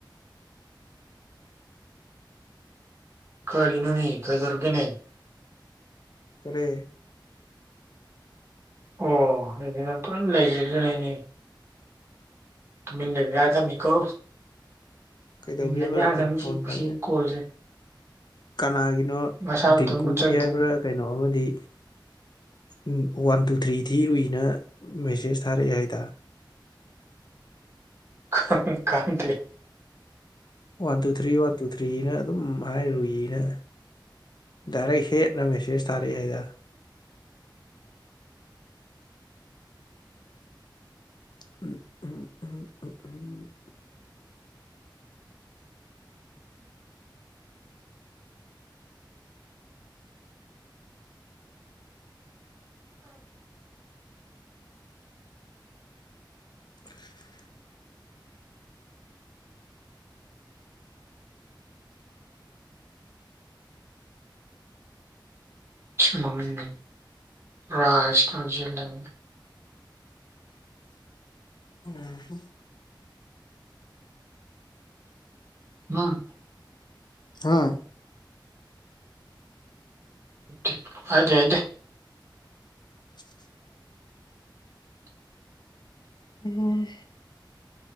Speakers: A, on the right; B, on the left.
A: ꯀꯔꯤꯅꯣꯅꯦ ꯀꯩꯗꯧꯔꯒꯦꯅꯦ
B: ꯀ꯭ꯔꯦ
A: ꯑꯣ ꯏꯅ ꯄꯨ ꯃꯤꯂꯥꯏꯖꯒꯅꯦ ꯇꯨꯃꯤꯟ ꯂꯩꯕ ꯌꯥꯗ ꯕꯅꯤ ꯀꯣ
B: ꯀꯩꯗꯧꯒꯦꯕ
A: ꯂꯩ ꯊꯃꯤ
B: ꯐꯣꯟ
A: ꯁꯤꯁꯤ
B: ꯄꯥꯏꯅ
A: ꯀꯣꯜꯁꯦ
B: ꯀꯅꯥꯒꯤꯅꯣ
A: ꯃꯁꯥ ꯃꯇꯣꯝ
B: ꯗꯤꯡꯀꯨꯒꯤ
A: ꯃꯨꯠꯆꯈꯤꯗꯣꯏꯅꯤ
B: ꯍꯥꯏꯕ꯭ꯔꯥ ꯀꯩꯅꯣ ꯑꯃꯗꯤ ꯎꯝ ꯋꯥꯟ ꯇꯨ ꯊ꯭ꯔꯤ ꯊꯤꯔꯨꯏꯅ ꯃꯦꯁꯦꯁ ꯊꯥꯔꯛꯑꯦ ꯍꯥꯏꯗ <unintelligible>
A: ꯈꯪ ꯈꯪꯗꯦ
B: one two three one two ꯊ꯭ꯔꯤꯅ ꯑꯗꯨꯝ ꯍꯥꯏꯔꯨꯏꯅ ꯗꯥꯏꯔꯦꯛ ꯍꯦꯠꯅ ꯃꯦꯁꯦꯖ ꯊꯥꯔꯛꯑꯦ ꯍꯥꯏꯗ ꯎꯝ ꯎꯝ ꯎꯝ ꯎꯝ ꯎꯝ <inaudible>
A: <unintelligible>
B: ꯎꯝꯍꯝ
A: ꯎꯝ
B: ꯑꯥ
A: ꯊꯤ ꯍꯥꯏꯗꯦ ꯍꯥꯏꯗꯦ
B: <inaudible> ꯎꯝ